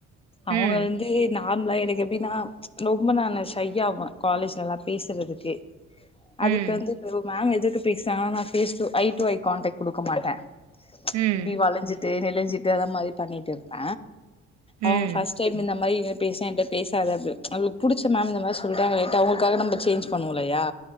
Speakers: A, on the left (about 20°); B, on the right (about 65°).
A: அவங்க
B: ம்
A: வந்து நார்ம்லா எனக் எப்டினா ரொம்ப நானு ஷையாவ காலேஜ்லலா பேசறதுக்கு
B: ம்
A: அதுக்கு வந்து இப்ப மேம் எது து பேஸ்னாங்கனா நா face to eye to eye contact குடுக்க மாட்ட
B: ம்
A: இப்டி வளஞ்சி ட்டு நெலிஞ்சிட்டு அந்த மாரி பண்ணிட்டு இருப்ப
B: ம்
A: அவுங்க ஃபர்ஸ்ட் டைம் இந்த மாரி பேச என்ட்ட பேசாத அப்டின் நம்ளுக் புடிச்ச மேம் இந்த மாரி சொல்றாங்களேன்ட்டு அவுங்களுக்காக நம்ம சேஞ்ச் பண்ணுவோலையா